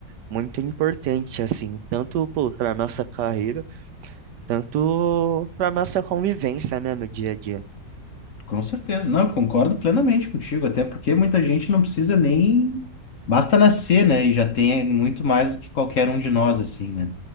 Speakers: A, on the right; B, on the left.
A: muito importante, assim, tanto para nossa carreira, tanto para nossa convivência, né, no dia a dia.
B: Com certeza, não, eu concordo plenamente contigo, até porque muita gente não precisa nem. Basta nascer, né? E já tem muito mais do que qualquer um de nós, assim, né?